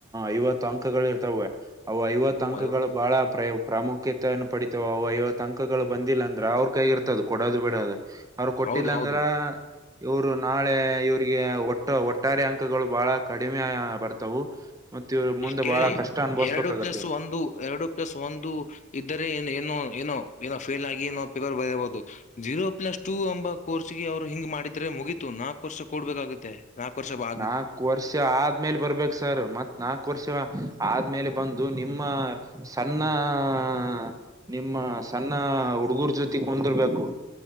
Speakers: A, on the right; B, on the left.
A: ಐವತ್ತು ಅಂಕಗಳ ಇರ್ತವೆ ಅವು ಐವತ್ತು
B: ಹ್ಮ್
A: ಅಂಕಗಳು
B: ಅಯ್ಯೋ
A: ಬಹಳ ಪ್ರ ಪ್ರಾಮುಖ್ಯ ಕ್ಯಾತೆನ್ನು ಪಡಿತಾವ ಐವತ್ತು ಅಂಕಗಳು ಬಂದಿಲ್ಲ ಅಂದ್ರೆ ಅವ್ರ ಕೈಗಿರ್ತ ಇರ್ತವ್ ಅದು ಕೊಡೋದು ಬಿಡೋದು ಅವರು ಕೊಟ್ಟಿಲ್ಲ
B: ಹೌದು ಹೌದು
A: ಅಂದ್ರ ಇವ್ರು ನಾಳೆ ಇವ್ರಿಗೆ ಒಟ್ಟ ಒಟ್ ಒಟ್ಟಾರೆ ಅಂಕಗಳು ಬಹಳ ಕಡಿಮೆ ಬರ್ತವು ಮತ್ತ ಇವ್ರು ಮುಂದೆ
B: ಇಲ್ ಕೇಳಿ
A: ಬಹಳ ಕಷ್ಟ ಅನ್ಭವಸ್ಬೇಕಾಗತ್ತ
B: ಎರಡು ಪ್ಲಸ್
A: ಇವ್ರು
B: ಒಂದು ಎರಡು ಎರ್ಡು ಪ್ಲಸ್ ಒಂದು ಇದ್ದರೆ ಏ ಏನೋ ಏನೋ ಏನೋ ಫೇಲ್ ಆಗಿ ಏನೋ ಪೇಪರ್ ಬರೆಯಬಹುದು ಜೀರೋ ಪ್ಲಸ್ ಟೂ ಎಂಬ ಕೋರ್ಸ್ಗೆ ಅವ್ರು ಹಿಂಗ್ ಮಾಡಿದ್ರೆ ಮುಗೀತು ನಾಕ್ ವರ್ಷ ಕೊಡ್ಬೇಕಾಗುತ್ತೆ. ನಾಕ್ ವರ್ಷ ಬಾ
A: ನಾಕ್ವರ್ಷ ಆದ್ಮೇಲೆ ಬರ್ಬೇಕು ಸರ್ ಮತ್ತ್ ನಾಲ್ಕು ವರ್ಷ ಆದ್ಮೇಲೆ ಬಂದು ನಿಮ್ಮ ಸಣ್ಣ ಹಾ ನಿಮ್ಮ ಸಣ್ಣ ಹುಡುಗರ್ ಜೊತೆಗ್ ಕುಂದಿರ್ಬೇಕು